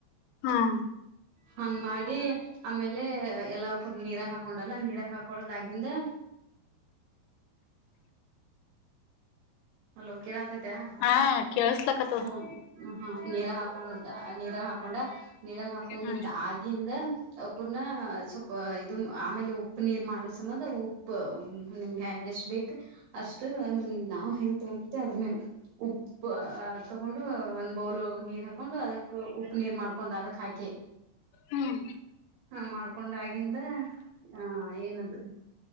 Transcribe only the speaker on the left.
ಹ್ಮ್
ಹಾ ಕೇಳಸ್ಲಕತ್ತದ
ಹ್ಮ್
ಹ್ಮ್